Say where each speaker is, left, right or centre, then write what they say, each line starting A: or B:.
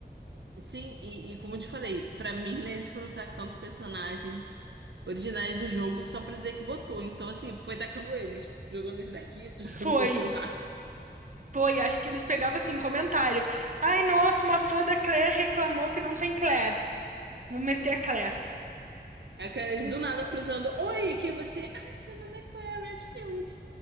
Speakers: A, on the right; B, on the right.
A: Sim, e, e como eu te falei, pra mim, né, eles foram tacando personagens originais do jogo só pra dizer que botou. Então, assim, foi tacando eles, jogando esse daqui, <laughs> jogando
B: Foi,
A: esse lá.
B: foi, acho que eles pegavam assim, comentário. Ai, nossa, uma fã da Claire reclamou que não tem Claire. Vou meter a Claire.
A: Aqueles
B: Um
A: do nada cruzando. Oi, quem é você? Ai, meu nome é Claire Redfield.